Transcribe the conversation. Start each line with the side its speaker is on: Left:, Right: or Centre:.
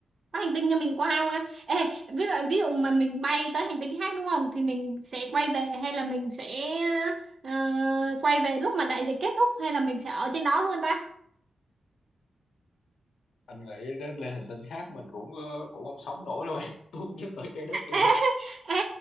Right: có hành tinh cho mình qua không á Ê, ví dụ ví dụ mà mình bay tới hành tinh khác đúng không thì mình sẽ quay về hay là mình sẽ ờ, ờ, quay về lúc mà đại dịch kết thúc hay là mình sẽ ở trên đó luôn ta
Left: anh nghĩ đến lên hành tinh khác mình cũng ờ, cũng không sống nổi đâu em <laughs> tốt nhất ở trái đất đi
Right: Ê,
Left: em
Right: ê,